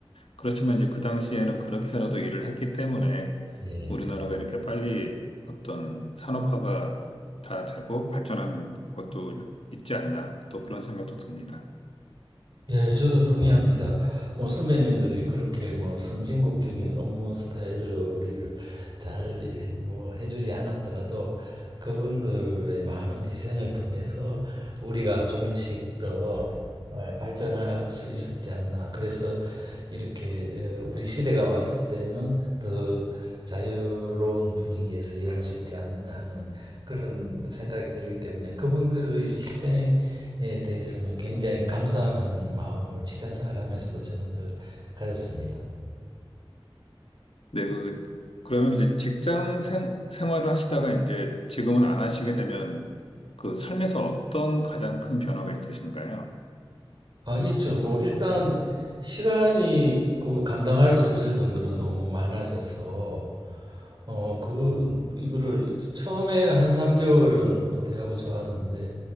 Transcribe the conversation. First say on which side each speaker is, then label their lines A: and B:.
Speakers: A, on the left; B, on the right.
A: 그렇지만 이제 그 당시에는 그렇게라도 일을 했기 때문에
B: 예.
A: 우리나라가 이렇게 빨리 어떤 산업화가 다 되고 발전한 것도 있지 않나 또 그런 생각도 듭니다.
B: 예, 저도 동의합니다. 뭐 선배님들이 그렇게 뭐 선진국적인 업무 스타일로 우리를 잘 이래 뭐 해주지 않았더라도 그분들의 많은 희생을 통해서 우리가 조금씩 더 어, 발전할 수 있었지 않나. 그래서 이렇게 어, 우리 시대가 왔을 때는 더 자유로운 분위기에서 일할 수 있지 않느냐 하는 그런 생각이 들기 때문에 그분들의 희생 에 대해서는 굉장히 감사하는 마음을 직장 생활하면서도 저는 늘 가졌습니다.
A: 네, 그, 그러면 이제 직장 생, 생활을 하시다가 이제 지금은 안 하시게 되면 그 삶에서 어떤 가장 큰 변화가 있으신가요?
B: 아, 있죠. 뭐 일단 시간이 있고 감당할 수 없을 정도로 너무 많아져서 어, 그 이거를 처음에는 한 3개월은 은퇴하고 좋았는데